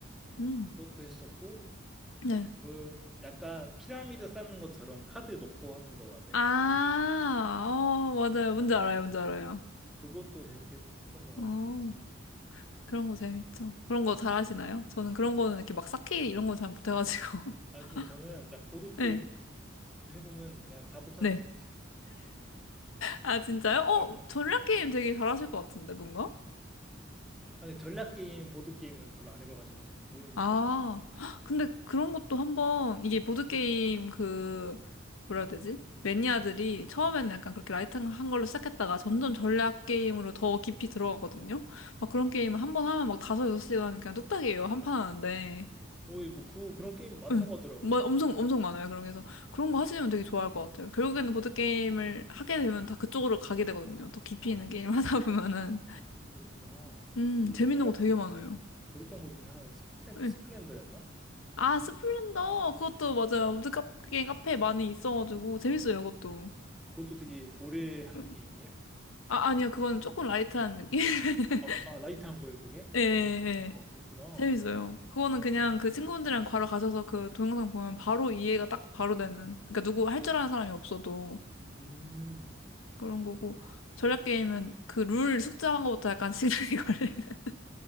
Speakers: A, on the left; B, in the centre.
A: 음.
B: 그것도 했었고,
A: 네.
B: 그 약간 피라미드 쌓는 것처럼 카드 놓고 하는 거 아세요?
A: 아, 어, 맞아요. 뭔지 알아요. 뭔지 알아요.
B: 그것도 재밌게 했- 했던 것 같고,
A: 어, 그런 거 재밌죠. 그런
B: 예.
A: 거 잘하시나요? 저는 그런 거는 이렇게 막 쌓기 이런 건 잘 못해가지고.
B: 아, 근데 저는 나 보드게임
A: <laughs> 네.
B: 해보면 그냥 다 못하는
A: 네.
B: 것 같아요.
A: 아, 진짜요? 어,
B: 아, 근데,
A: 전략 게임 되게 잘하실 것 같은데, 뭔가?
B: 아, 근데 전략게임, 보드게임은 별로 안 해봐가지고 모르는데,
A: 아, 헉, 근데 그런 것도 한번, 이게 보드게임 그, 뭐라 해야 되지? 매니아들이 처음에는 약간 그렇게 라이트한 걸로 시작했다가 점점 전략 게임으로 더 깊이 들어가거든요?
B: 음.
A: 막 그런 게임 한 번 하면 막 다섯, 여섯 시간 그냥 뚝딱이에요. 한 판 하는데.
B: 오, 뭐 그, 그런 게임 많다고
A: 응.
B: 하더라고요.
A: 막 엄청, 엄청 많아요. 그런 게. 그래서 그런 거 하시면 되게 좋아할 것 같아요. 결국에는 보드게임을 하게 되면 다 그쪽으로 가게 되거든요. 더 깊이
B: 아,
A: 있는 게임 <laughs> 하다 보면은.
B: 그렇구나.
A: 음,
B: 그제가
A: 재밌는 거 되게 많아요.
B: 들었던 것 중에 하나가 스플렌,
A: 예.
B: 스플렌더였나?
A: 아, 스플렌더. 그것도 맞아요. 우드 카페, 카페에 많이 있어가지고. 재밌어요,
B: 음.
A: 그것도.
B: 그것도 되게 오래 하는
A: 음.
B: 게임이에요.
A: 아, 아니요. 그건 조금 라이트한 느낌? <laughs>
B: 아, 아, 라이트한 거예요, 그게?
A: 예, 예,
B: 아,
A: 예.
B: 그렇구나.
A: 재밌어요. 그거는
B: 음.
A: 그냥 그 친구들이랑 분 바로 가셔서 그 동영상 보면 바로 이해가 딱 바로 되는. 그러니까 누구 할 줄 아는 사람이 없어도
B: 음,
A: 그런 거고. 전략 게임은 그 룰 숙제한 것부터 약간 시간이 <laughs> 걸리는.